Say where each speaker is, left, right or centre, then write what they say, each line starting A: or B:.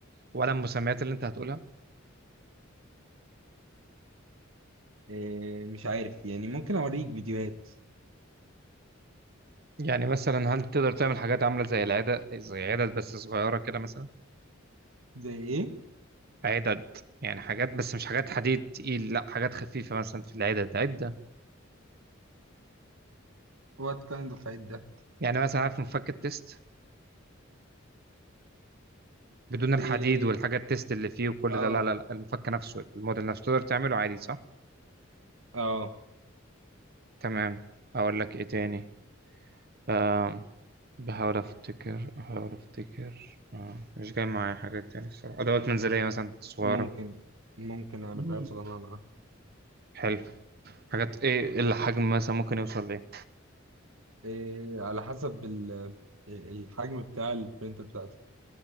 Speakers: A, on the right (about 50°); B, on the right (about 90°).
A: ولا المسميات اللي انت هتقولها
B: آه، مش عارف يعني ممكن اوريك فيديوهات
A: يعني مثلا هل تقدر تعمل حاجات عامله زي العدد زي عدد بس صغيره كده مثلا
B: زي ايه
A: عدد يعني حاجات بس مش حاجات حديد تقيل لا حاجات خفيفة مثلا في العدد عدة
B: وات كايند اوف عيد ده
A: يعني مثلا عارف مفك التيست بدون الحديد
B: إيه
A: والحاجات التيست اللي فيه وكل
B: اه
A: ده لا لا لا المفك نفسه الموديل نفسه تقدر تعمله عادي صح؟
B: اه
A: تمام أقول لك إيه تاني آم، بحاول أفتكر بحاول أفتكر آه، مش جاي معايا حاجات تاني الصراحة أدوات منزلية مثلا صغيرة
B: ممكن ممكن اعمل
A: مم.
B: حاجات صغيرة معاه
A: حلو حاجات إيه الحجم مثلا ممكن يوصل لإيه؟
B: إيه على حسب ال- آه، الحجم بتاع البرينتر بتاعتي